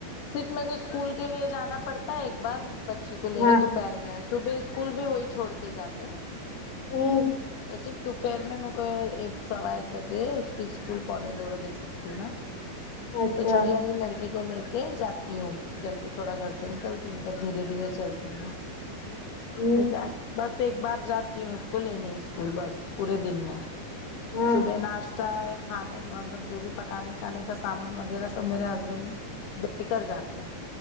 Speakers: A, on the left; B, on the left.
A: صرف میرے کو اسکول کے لیے جانا پڑتا ہے ایک بار بچی کو لینے
B: ہاں
A: دوپہر میں صبح اسکول بھی وہی چھوڑ تے جاتے ہیں
B: ہوں
A: تو صرف دوپہر میں میرے کو ایک سوا ایک بجے اس کی اسکول پونے دو بجے چھٹتی نا
B: اچھا
A: تو چھوٹی والی لڑکی کو لے کے جاتی ہوں جلدی تھوڑا گھر سے نکلتی ہوں کہ دھیرے دھیرے چلتی ہوں
B: ہ
A: پھر بس ایک بار جاتی وں اس کو لینے اسکول بس پورے دن میں
B: ہاں
A: صبح ناشتہ ا کھانے مطلب جو بھی پکانے کھانے کا سامان وغیرہ تو میرے ہسبینڈ دیےکرجاتے ہیں